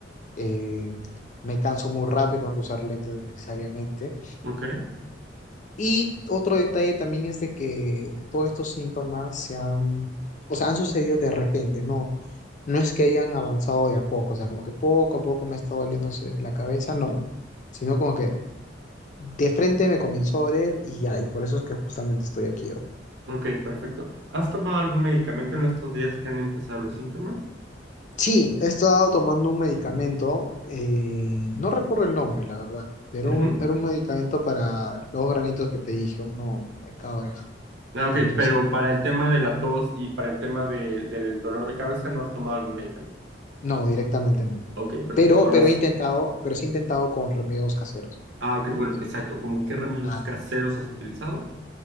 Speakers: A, on the left (about 40°); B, on the right (about 65°).
A: eh, me canso muy rápido, tengo que usar lentes necesariamente.
B: Ok,
A: Y otro detalle también es de que todos estos síntomas se han, o sea, han sucedido de repente, no, no es que hayan avanzado de a poco, o sea, como que poco a poco me ha estado doliendo ese- la cabeza, no, sino como que de frente me comenzó a doler y ya, y por eso es que justamente estoy aquí
B: ok, perfecto. ¿Has tomado algún medicamento en estos días que han empezado los síntomas?
A: Sí, he estado tomando un medicamento, eh, no recuerdo el nombre, la verdad, pero
B: Ujú.
A: un- era un medicamento para los granitos que te dije, uno en cada oreja.
B: Ah, ok,
A: Entonces,
B: pero para el tema de la tos y para el tema de- del dolor de cabeza, ¿no has tomado algún medicamento?
A: no, directamente no.
B: Ok, perfecto.
A: Pero,
B: Ahora
A: pero
B: sí.
A: he intentado, pero sí he intentado con remedios caseros.
B: Ah, ok, bueno,
A: así,
B: exacto. ¿Cómo qué remedios
A: Mates.
B: caseros has utilizado?